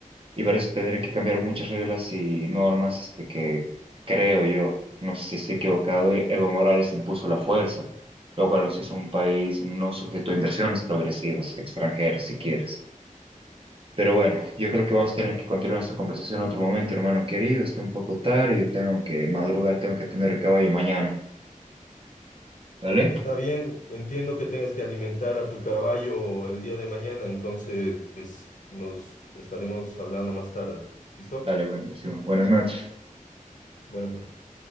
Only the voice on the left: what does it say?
Está bien, entiendo que tengas que alimentar a tu caballo el día de mañana, entonces es- nos estaremos hablando más tarde. ¿Listo?
Buenas noches.